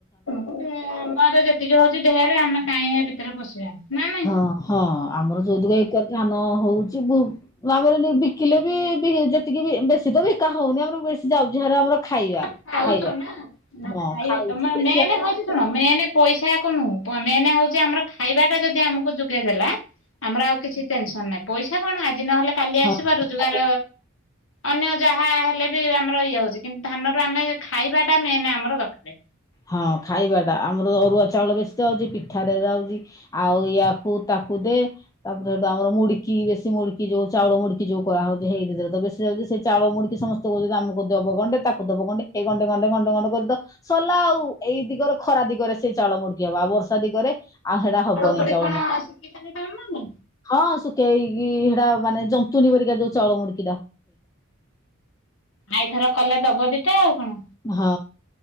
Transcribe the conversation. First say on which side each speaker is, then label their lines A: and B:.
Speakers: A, on the left (about 65°); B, on the left (about 15°).
A: ହୁଁ ଆମର ଯେତିକି ହଉଛି ଧେଢ଼ରେ ଆମେ କାହିଁକି ସେ ଭିତରେ ପଶିବା। ନା ନାଇଁ।
B: ହଁ ହଁ ଆମର ଯୋଉ ତିକ ଏକରେ ଧାନ ହଉ ଭୁ ଭାବରେ ଆମର ବିକିଲେ ବି ବି ଯେତିକି ବେଶୀ ତ ବିକା ହଉନି ଆମର ବେଶୀ ଯାଉଛି ଆମର ଖାଇବା।
A: ତମେ ଖାଉଛ
B: ଖାଇବାରେ
A: ନା ନା
B: ହଁ
A: ଖାଇବେ
B: ଖାଉଛୁ
A: ତମର
B: ବେଶୀ
A: ମେନ
B: ଆମର
A: ହଉଛି ଶୁଣ ମେନ ପଇସା କୁ ନୁହଁ ମେନେ ହଉ ଯେ ଆମର ଖାଇବାଟା ଯୋଗେଇ ଦେଲା ଆମର ଆଉ କିଛି ଟେନସନ ନାଇଁ ପଇସା କଣ ଆଜି ନଲେ କାଲି ଆସିବ
B: ହଁ ହଁ
A: ରୋଜଗାର ଅନ୍ୟ ଯାହା ହେଲେ ବି ଆମର ଇଏ ହଉଛି କିନ୍ତୁ ଧାନ ର ଆମେ ଖାଇବା ଟା ମେନ ଆମର ରଖିବା।
B: ହଁ ଖାଇବା ଟା ଆମର ଅରୁଆ ଚାଉଳ ବେଶୀ ଯାଉଛି ପିଠାରେ ଯାଉଛି ଆଉ ୟାକୁ ତାକୁ ତାକୁ ଦେ ତାପରେ ସେଇଟୁ ଆମର ମୁଡିକି ବେଶୀ ମୁଡିକି ଯୋଉ ଚାଉଳ ମୁୁଡିକି ଯୋଉ କରା ଯାଉଛି ତ ହେଇଥେରେ ବେଶୀ ଯାଉଛି ସେ ଚାଉଳ ମୁଡିକି ସମସ୍ତେ କହୁଛନ୍ତି ଯୋଉ ଆମକୁ ଦବ ଗଣ୍ଡେ ତାକୁ ଦବ ଗଣ୍ଡେ ଏଇ ଗଣ୍ଡେ ଗଣ୍ଡେ କରି ସରିଲା ଆଉ। ଏଇ ଦିଗରେ ଖରା ଦିଗରେ ସେ ଚାଳ ମୁଡକି ହବା ଆଉ ବର୍ଷା ଦିଗରେ ଆଉ ଏରା ହେବନି
A: କୋଉଠି
B: ଚାଉଳ
A: କଣ
B: ମୁଡୁକି
A: ଶିଖିଛନ୍ତି ତମେମାନେ
B: ହଁ ଶୁ ସୁଖେଇକି କି ସେଉଟା ମାନେ ଜନ୍ତୁଣି ପରିକା ଯୋଉ ଚାଉଳମୁଡିକି
A: ଏଇଥର କଲେ ଦବ ଦିଟା ଆଉ କଣ?
B: ହଁ